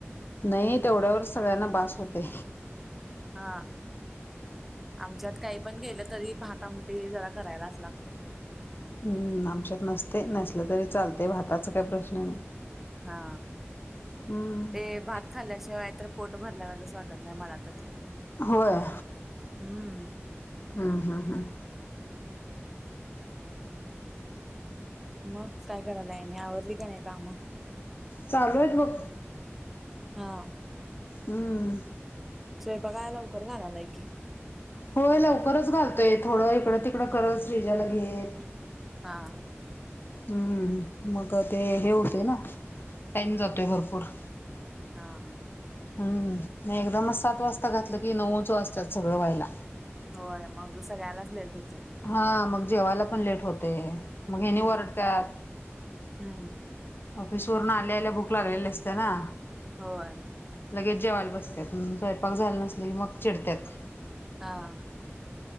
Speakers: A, on the left; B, in the centre.
A: नाही तेवढ्यावर सगळ्यांना बास होतंय.
B: हा आमच्यात काही पण गेलं तरी भात आमटी जरा करायलाच लागतय.
A: हम्म आमच्यात नसते नसलं तरी चालते भाताचा काही प्रश्न नाही.
B: हा
A: हम्म
B: ते भात खाल्ल्याशिवाय तर पोट भरल्या आहे असं वाटत नाही मला तरी.
A: होय.
B: हम्म.
A: हम्म हम्म हम्म.
B: मग काय करायला आहे आवरली का नाही काम.
A: चालू आहेत बघ.
B: हा.
A: हम्म.
B: स्वयंपाकाला लवकर घालालाय की.
A: होय लवकरच घालतोय थोडं इकडं तिकडं करच <unintelligible> घे
B: हा.
A: हम्म, मग ते हे होतय ना टाइम जातोय भरपूर.
B: हा हा.
A: हम्म हम्म नाही एकदमच सात वाजता घातलं की नऊच वाजतात सगळं व्हायला.
B: होय मग सगळ्यालाच लेट होतंय.
A: हा मग जेवायला पण लेट होते मग ह्यानी
B: हम्म
A: वरडत्यात.
B: हम्म
A: ऑफिस वरून आल्या आल्या बुक लागलेली असते ना
B: होय
A: लगेच जेवायला बस्त्यात, स्वयंपाक झालं नसले की मग चिडत्यात.
B: हा.